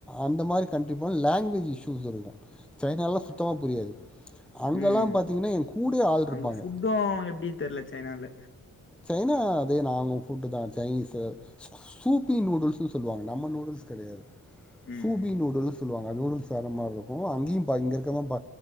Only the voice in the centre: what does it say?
அந்த மாரி கண்ட்ரி போனாலாங்க்வேஜ் இஸ்யூஸ் இருக்கும் சைனால்லாம் சுத்தமா புரியாது அங்கெல்லாம்
பாத்தீங்கன்னா என் கூடயே ஆள் இருப்பாங்க.
சைனா அதே நார்மல் புட்டு தான் சைனீஸ் சூப்பி நூடுல்ஸ்ன்னு சொல்லுவாங்க நம்ம நூடுல்ஸ் கிடையாது
சூபி
நூடுல்ஸ் சொல்லுவாங்க ந நூடுல்ஸ் வேற மாரி இருக்கும் அங்கேயும் பா இங்கே இருக்கிறத